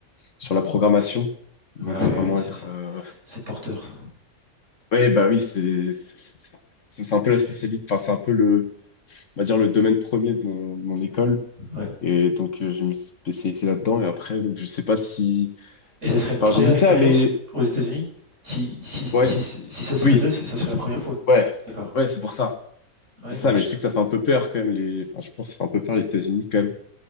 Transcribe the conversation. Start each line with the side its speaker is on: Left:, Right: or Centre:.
Left: sur la programmation.
Right: Bah
Left: Donc, je
Right: ouais,
Left: vais vraiment
Right: ouais, ça,
Left: être.
Right: ça-
Left: Euh...
Right: c'est porteur, ça.
Left: Ouais, bah oui, c'est c'est c'est- c'est- c'est un peu la spécialité. Enfin, c'est un peu le, on va dire le domaine premier de mon, de mon école.
Right: Ouais.
Left: Et donc, euh, je me suis spécialisé là-dedans. Et après, donc, je sais pas si.
Right: Et ça serait une première
Left: Enfin, j'hésitais
Right: expérience
Left: à aller.
Right: aux États-Unis? Si, si, si,
Left: Ouais,
Right: si ça se faisait,
Left: oui,
Right: c'est- ça serait la première fois.
Left: ouais,
Right: D'accord.
Left: ouais, c'est pour ça. C'est
Right: Ouais,
Left: Pour
Right: moi,
Left: ça, mais je sais que ça fait un peu peur quand même. Les... Enfin, je pense que ça fait un peu peur les États-Unis quand même.